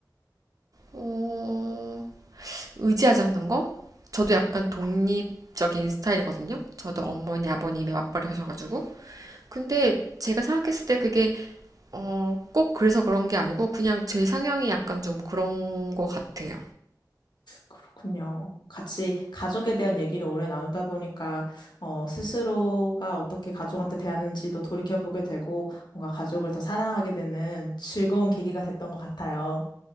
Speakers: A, on the right (about 50°); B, on the left (about 70°).
A: 어, 의지하지 않는 거? 저도 약간 독립적인 스타일이거든요. 저도 어머니, 아버님이 맞벌이 하셔가지고. 근데 제가 생각했을 때 그게 어, 꼭 그래서 그런 게 아니고 그냥 제 상향이 약간 좀 그런 거 같아요.
B: 그렇군요. 같이 가족에 대한 얘기를 오래 나누다 보니까, 어, 스스로가 어떻게 가족한테 대하는지도 돌이켜보게 되고, 뭔가 가족을 더 사랑하게 되는 즐거운 계기가 됐던 것 같아요.